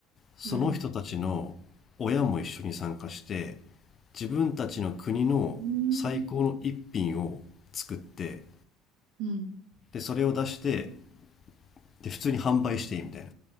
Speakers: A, on the left; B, on the right.
A: その人たちの親も一緒に参加して
B: うん、
A: 自分たちの国の最高の一品を作って
B: うーん、うん、
A: でそれを出してで普通に販売していいみたいな